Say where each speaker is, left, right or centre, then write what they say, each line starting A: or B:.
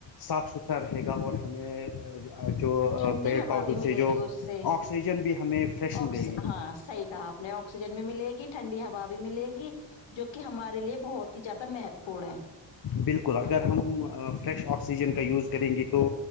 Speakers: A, on the left; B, on the left.
A: صاف ستھرا رہے گا اور ہمیں جو
B: ٹھنڈی
A: پیڑ
B: ہوا
A: پودوں
B: بھی ملے
A: سے جو
B: گی اس سے
A: آکسیجن بھی ہمیں فریش
B: آکس
A: ملے گی
B: ہاں صحیح کہا آپ آکسیجن بھی ملے گی ٹھنڈی ہوا بھی ملے گی جو کہ ہمارے بہت زیاد مہتوپورن ہے
A: بالکل اگر ہم فریش آکسیجن کا یوز کریں گے تو